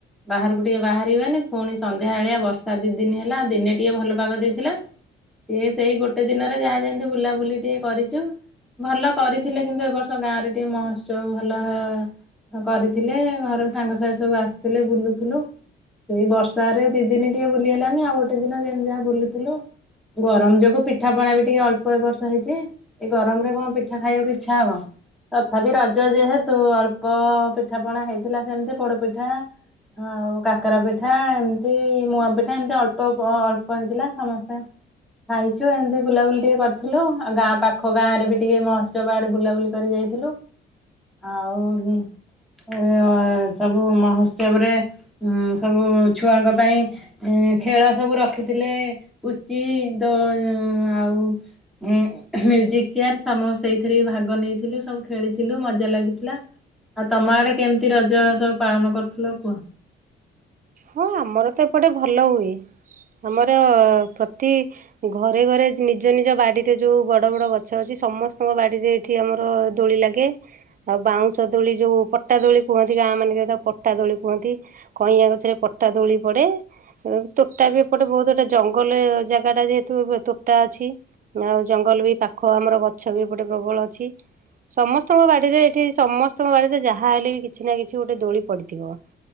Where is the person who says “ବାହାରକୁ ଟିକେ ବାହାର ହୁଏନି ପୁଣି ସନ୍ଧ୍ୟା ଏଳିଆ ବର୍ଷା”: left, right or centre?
Centre